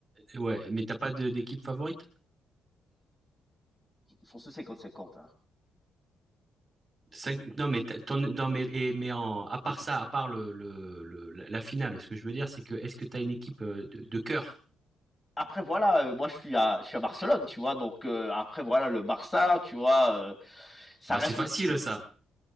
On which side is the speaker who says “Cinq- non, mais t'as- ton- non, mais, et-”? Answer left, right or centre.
Right